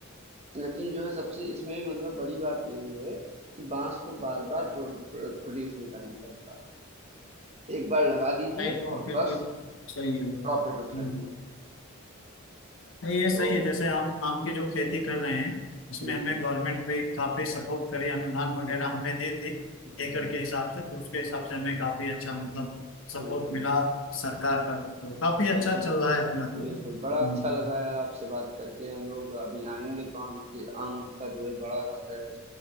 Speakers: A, on the right; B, on the left.
A: लेकिन जो है सबसे इसमें मतलब बड़ी बात यही है कि बाँस को बार-बार प्रो प्रो प्रोड्यूस नहीं करना पड़ता। एक बार लगा दीजिए
B: नहीं तो
A: और
B: फिर
A: बस
B: तो सही है
A: प्रॉफिट
B: हम्म,
A: उठाइए
B: नहीं ये सही
A: तो
B: है जैसे हम आम की जो खेती कर रहे हैं इसमें
A: बिल्कुल
B: हमें गवर्नमेंट पे काफी सपोर्ट करे अनुदान वगैरह हमें दी थी
A: हम्म,
B: एकड़ के हिसाब से तो उसके हिसाब से हमें काफी अच्छा मतलब सपोर्ट
A: बिल्कुल
B: मिला सरकार का तो काफी
A: बिल्कुल
B: अच्छा चल रहा है अपना तो
A: बिल्कुल
B: हम्म,
A: बड़ा अच्छा लगा यार आपसे बात करके हम लोग अभी आएंगे तो आम के आम का जो है बड़ा अ,